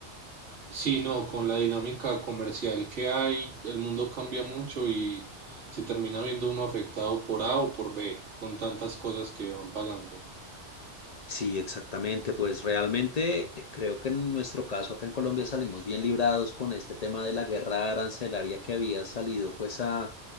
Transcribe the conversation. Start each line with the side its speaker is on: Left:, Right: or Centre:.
Right: Sí, no, con la dinámica comercial que hay, el mundo cambia mucho y se termina viendo uno afectado por A o por B, con tantas cosas que van pasando.
Left: Sí, exactamente. Pues realmente creo que en nuestro caso acá en Colombia salimos bien librados con este tema de la guerra arancelaria que había salido pues a,